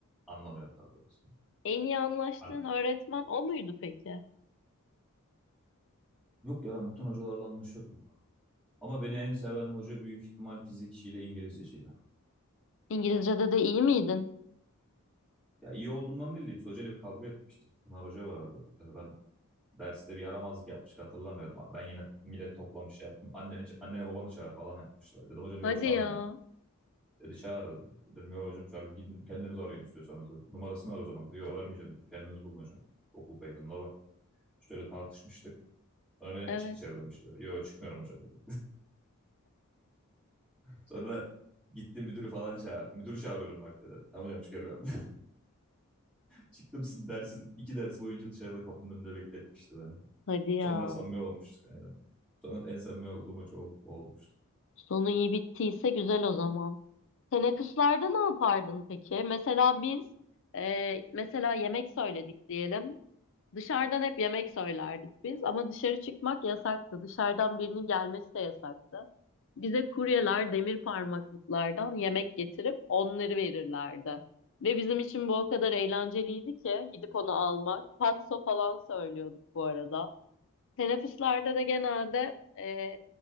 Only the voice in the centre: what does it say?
Anlamıyordu daha doğrusu.
Abi,
yok ya ben bütün hocalarla anlaşıyordum. Ama beni en seven hoca büyük ihtimal fizikçiyle İngilizceciydi.
Ya iyi olduğumdan değil de biz hocayla bir kavga etmiştik. Pınar Hoca vardı. Ee, Ben derste bir yaramazlık yapmıştık hatırlamıyorum. Ben yine millet toplamış şey yaptım. Anneni, ça- annene babanı çağır falan yapmışlar. Dedim hocam yok
çağırmıyor.
Dedi çağır dedi. Dedim yok hocam çağır. Gidin kendiniz arayın istiyorsanız. dedi. Numarasını var o zaman. dedi. Yok vermeyeceğim dedi. Kendiniz bulun hocam. Okul kaydında var. İşte öyle tartışmıştık. Sonra beni
çık dışarı demişti. Yok çıkmıyorum hocam dedi. Sonra gitti müdürü falan çağır. Müdürü çağırıyorum bak dedi. Tamam hocam çıkıyorum. Çıktımsın dersin. iki ders boyunca dışarıda kapının önünde bekletmişti beni.
Sonra
samimi olmuştuk aynen. Sonra en samimi olduğum hoca o, o olmuştu.